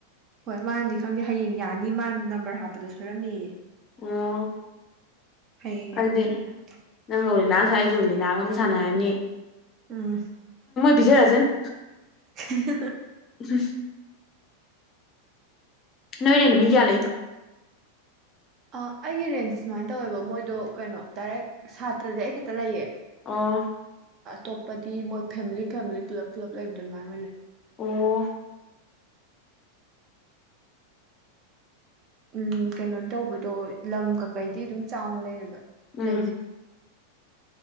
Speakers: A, on the right; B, on the left.
A: ꯍꯣꯏ ꯃꯥꯅꯗꯤ ꯈꯪꯗꯦ ꯍꯌꯦꯡ ꯌꯥꯅꯤ ꯃꯥꯅꯗ ꯅꯝꯕꯔ ꯍꯥꯞꯄꯗ ꯁꯣꯏꯔꯝꯃꯤꯌꯦ꯫
B: ꯑꯣ
A: ꯍꯌꯦꯡ
B: ꯑꯗꯨꯗꯤ
A: ꯌꯥꯅꯤ ꯈꯪꯗꯦ
B: ꯅꯪ ꯅꯥ ꯉꯁꯥꯏꯖꯨꯂꯤꯅꯥꯒ ꯑꯃꯝ ꯁꯥꯟꯅꯅꯤ꯫
A: ꯑꯝ꯫
B: ꯄꯤꯖꯔꯛꯅꯤ꯫
A: <unintelligible>
B: <unintelligible> ꯅꯣꯏ ꯔꯦꯟ ꯃꯤ ꯀꯌꯥ ꯂꯩꯅꯣ
A: ꯑ ꯑꯩꯒꯤ ꯔꯦꯟꯁꯤ ꯁꯨꯃꯥꯏ ꯇꯧꯋꯦꯕ ꯃꯣꯏꯗꯣ ꯀꯩꯅꯣ ꯗꯥꯏꯔꯦꯛ ꯁꯥꯇ꯭ꯔꯗꯤ ꯑꯩ ꯈꯇ ꯂꯩꯌꯦ
B: ꯑꯣ
A: ꯇꯣꯞꯄꯗꯤ ꯃꯣꯏ ꯐꯦꯝꯂꯤ ꯐꯦꯝꯂꯤ ꯄꯨꯂꯞ ꯄꯨꯂꯞ ꯂꯩꯕꯗꯨ ꯑꯗꯨꯃꯥꯏ ꯑꯣꯏ ꯂꯩ
B: ꯑꯣ
A: ꯎꯝ ꯀꯩꯅꯣ ꯇꯧꯕꯗꯣ ꯂꯝ ꯀꯀꯩꯗꯤ ꯑꯗꯨꯝ ꯆꯥꯎꯅ ꯂꯩꯌꯦꯕ
B: ꯎꯝ
A: ꯂꯩꯖꯦ